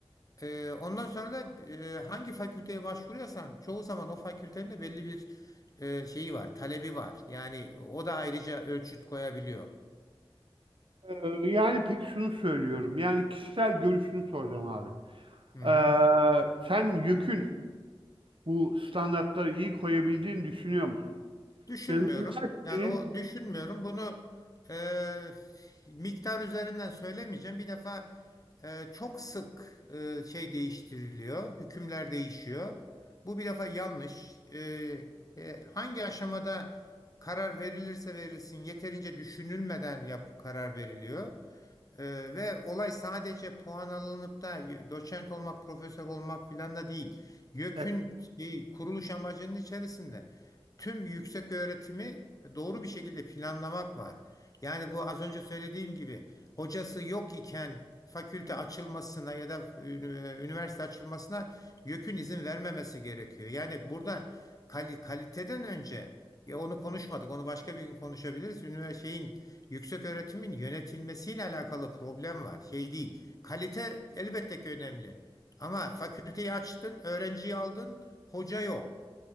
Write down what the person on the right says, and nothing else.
Ee, Yani peki şunu söylüyorum. Yani kişisel görüşünü soracağım abi.
Ee, sen yükün bu standartları iyi koyabildiğini düşünüyor musun?
Yani üniversitenin
e,